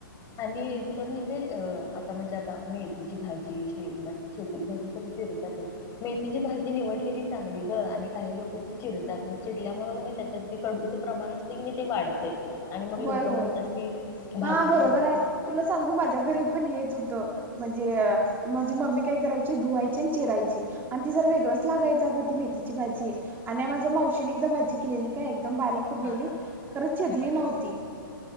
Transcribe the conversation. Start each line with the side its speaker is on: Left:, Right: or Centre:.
Left: आणि तुला माहित आहेय अ आता म्हणजे आता मेथीची भाजी शे शेतीची भाजी मेथीची भाजी निवडलेली चांगली ग आणि काही लोक ती चिरतात मग चिरल्यामुळें नाही त्याच्यात ते कडूचं प्रमाण असत की नाही ते वाढतंय. आणि मग लोक
Right: होय
Left: म्हणतात
Right: होय
Left: की भाजी
Right: हा बरोबर आहे तुला सांगू माझ्या घरी पण हेच होतं. म्हणजे माझे मम्मी काय करायची धुवायची आणि चचेरायची आणि ती जर वेगळंच लागायचं अगं ती मेथीची भाजी आणि माझ्या मावशीने एकदा भाजी केलेली काय? दम बारीक खुंडलेली
Left: हा
Right: खर चिरली
Left: हा
Right: नव्हती.